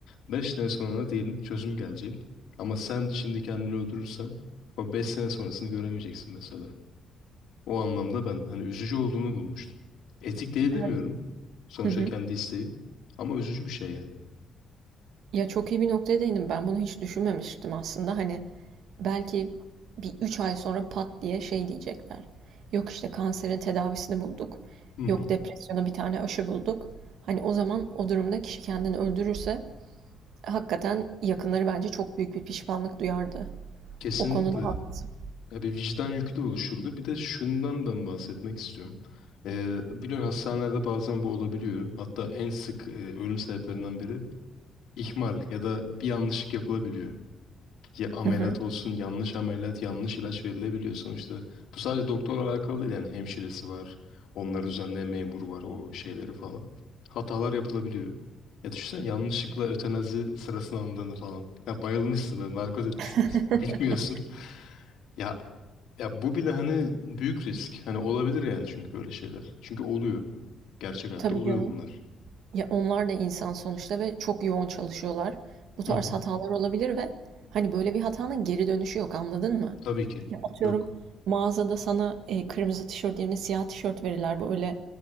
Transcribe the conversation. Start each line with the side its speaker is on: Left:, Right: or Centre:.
Left: beş sene sonra diyelim çözüm gelecek. Ama sen şimdi kendini öldürürsen o 5 sene sonrasını göremeyeceksin mesela. O anlamda ben hani üzücü olduğunu bulmuştum. Etik değil
Right: Evet.
Left: demiyorum. Sonuçta
Right: Hı hı.
Left: kendi isteği. Ama üzücü bir şey yani.
Right: Ya çok iyi bir noktaya değindim. Ben bunu hiç düşünmemiştim aslında. Hani belki bir 3 ay sonra pat diye şey diyecekler. Yok işte kanserin tedavisini bulduk.
Left: Hı hı.
Right: Yok depresyona bir tane aşı bulduk. Hani o zaman o durumda kişi kendini öldürürse hakikaten yakınları bence çok büyük bir pişmanlık duyardı.
Left: Kesinlikle.
Right: O konuda haklısın.
Left: Ya bir vicdan yükü de oluşurdu. Bir de şundan ben bahsetmek istiyorum. Ee, biliyorsun hastanelerde bazen bu olabiliyor. Hatta en sık e, ölüm sebeplerinden biri ihmal ya da bir yanlışlık yapılabiliyor. ya ameliyat
Right: Hı hı.
Left: olsun yanlış ameliyat yanlış ilaç verilebiliyor sonuçta. Bu sadece doktorla alakalı değil yani hemşiresi var. Onları düzenleyen memur var o şeyleri falan. Hatalar yapılabiliyor. Ya düşünsene yanlışlıkla ötenazi sırasına alındığını falan. Ya bayılmışsın böyle narkotiksindir.
Right: <laughs>
Left: <laughs> Bilmiyorsun. Ya ya bu bile hani büyük risk. Hani olabilir yani çünkü böyle şeyler. Çünkü oluyor. Gerçek hayatta
Right: Tabii
Left: oluyor
Right: canım.
Left: bunlar.
Right: Ya onlar da insan sonuçta ve çok yoğun çalışıyorlar. Bu tarz
Left: Hı hı.
Right: hatalar olabilir ve hani böyle bir hatanın geri dönüşü yok anladın mı?
Left: Tabii ki.
Right: Ya atıyorum
Left: Yok.
Right: mağazada sana e, kırmızı tişört yerine siyah tişört verirler. Böyle